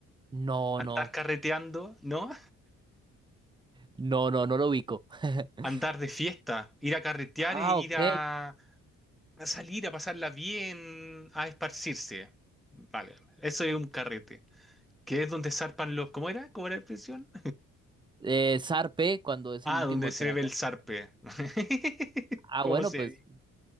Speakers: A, on the right (about 15°); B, in the centre.
A: No,
B: andar
A: no,
B: carreteando, ¿no?
A: no, no, no lo ubico. <laughs>
B: Andar de fiesta, ir a carretear
A: Ah,
B: e ir
A: ok.
B: a A salir, a pasarla bien, a esparcirse. Vale, eso es un carrete. Que es donde zarpan los... ¿Cómo era? ¿Cómo era la expresión?
A: Eh, zarpe cuando es
B: Ah,
A: el último
B: donde se
A: trago.
B: ve el zarpe. <laughs>
A: Ah,
B: ¿Cómo
A: bueno,
B: se
A: pues
B: dice?